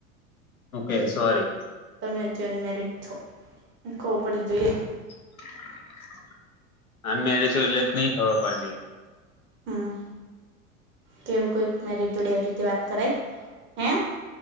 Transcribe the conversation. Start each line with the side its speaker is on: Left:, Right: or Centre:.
Left: ઓકે સોરી
Right: <unintelligible>
Left: <unintelligible> એટલે જ નઈ ખબર પડતી.
Right: હા કેવું કોઈક મેરિટ જોડે રીતે વાત કરાય હે.